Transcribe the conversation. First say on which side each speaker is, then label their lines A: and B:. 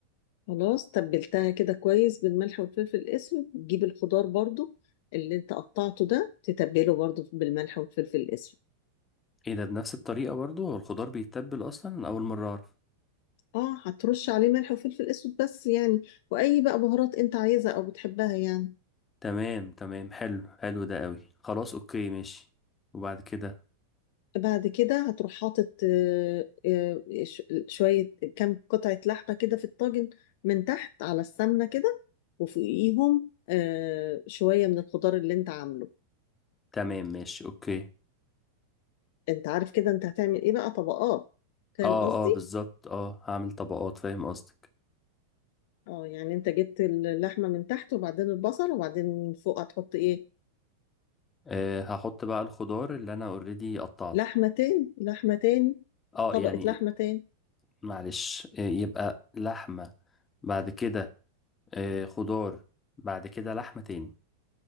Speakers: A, on the left; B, on the left.
A: خلاص تبلتها كده كويس بالملح والفلفل الاسود تجيب الخضار برضو اللي انت قطعته ده تتبله برضو بالملح والفلفل الاسود
B: ايه ده بنفس الطريقة برضو هو الخضار بيتبل اصلا أنا اول مرة اعرف
A: اه هترش عليه ملح وفلفل اسود بس يعني واي بقى بهارات انت عايزها او بتحبها يعني
B: تمام تمام حلو حلو ده قوي خلاص اوكي ماشي وبعد كده
A: بعد كده هتروح حاطط آه، آه، ش- شوية كام قطعة لحمة كده في الطاجن من تحت على السمنة كده وفوقيهم آه، شوية من الخضار اللي انت عامله
B: تمام ماشي اوكي
A: انت عارف كده انت هتعمل ايه بقى طبقات فاهم
B: اه
A: قصدي؟
B: اه بالظبط اه هعمل طبقات فاهم قصدك
A: اه يعني انت جبت اللحمة من تحت وبعدين البصل وبعدين من فوق هتحط ايه؟
B: آه هحط بقى الخضار اللي انا اوريدي قطعته
A: لحمة تاني لحمة تاني
B: اه
A: طبقة
B: يعني
A: لحمة تاني
B: معلش آه يبقى لحمة بعد كده آه خضار بعد كده لحمة تاني